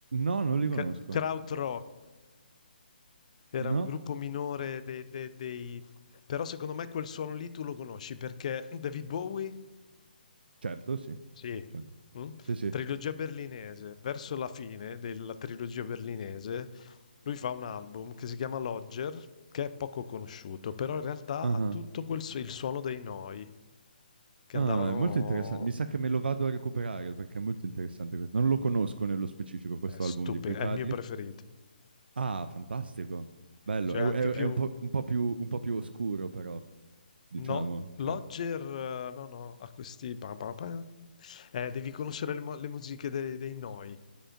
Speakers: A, on the right; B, on the left.
A: No, non li
B: K-
A: conosco.
B: Krautrock era
A: No,
B: un gruppo minore dei, dei- dei- Però secondo me quel suono lì tu lo conosci perché David Bowie,
A: certo, sì.
B: sì,
A: Certo.
B: mm,
A: Sì, sì.
B: trilogia berlinese, verso la fine della trilogia berlinese, lui fa un album che si chiama Lodger, che è poco conosciuto, però in realtà
A: Ah,
B: ha tutto quel su- il suono dei Noi, che
A: ah,
B: andavano...
A: è molto interessante. Mi sa che me lo vado a recuperare perché è molto interessante questo. Non lo conosco nello specifico questo
B: È stupido,
A: album di cui parli.
B: è il mio preferito.
A: Ah, fantastico. Bello.
B: Cioè
A: È,
B: anche
A: è-
B: più
A: è un po', un po' più, un po' più oscuro, però. diciamo.
B: No, Lodger,
A: Cioè.
B: eh, no, no, ha questi... pam, pam, pam. Eh, devi conoscere le, mo- le musiche dei, dei Noi.